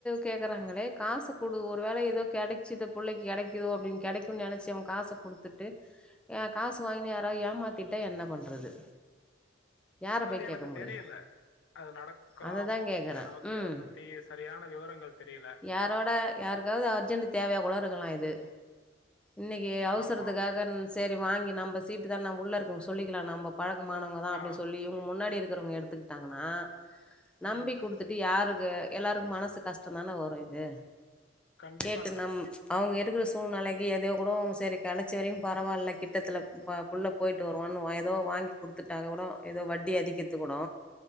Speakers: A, in the centre; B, on the left (about 65°).
A: கேக்குறாங்களே காஸ் குடு ஒரு வேல ஏதோ கெடைச்சித புள்ளைக்கு கெடைக்குதோ அப்பிடின் கெடைக்குன் நெனச்சி அவன் காச குடுத்துட்டு அ காசு வாங்கினு யாராவது ஏமாத்திட்டா என்ன பண்றது யார பேய்
B: அது
A: கேக்
B: எனக்கு தெரியல அது நடக்கலாம்
A: அதுதா கேட்குற
B: ஏன் நமக்கு
A: ம்
B: அத பத்தி சரியான விவரங்கள் தெரியல
A: யாரோட யாருக்காவது அர்ஜென்ட் தேவையா கூட இருக்கலா இது இன்னிக்கி அவசரத்துக்காக
B: ஆமா
A: சரி வாங்கி நம்ப சீட்டு் தான் உள்ள இருக்கு சொல்லிக்கலா நம்போ பழக்கமானவங்க தா அப்பிடி
B: ஆ
A: சொல்லி இவுங்க முன்னாடி இரு க்கிறவங்க எடுத்துக்கிட்டாங்கன்னா நம்பி
B: ம்
A: குடுத்துட்டு யாரு ங்க எல்லாருக்கு மனசு கஷ்டோ தான வரு இது
B: கண்டிப்பா
A: கேட்டு
B: நடக்கும்
A: நம் அவுங்க எ ட்டுக்கிற சூழ்நிலைக்கி ஏதோயோ கூடோ சேரி கடச்சவரையு பரவாயில்ல கிட்டத்துள்ள ப புள்ள போயிட்டு வருவானு வ ஏதோ வாங்கி குடுத்துட்டா கூட ஏதோ வட்டி அதிக்க த்து கூடோ